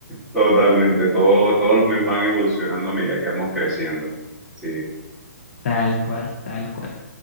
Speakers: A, in the centre; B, on the left.
A: Totalmente. Todo, todos los memes van evolucionando a medida que vamos creciendo. Sí.
B: Tal cual, tal cual.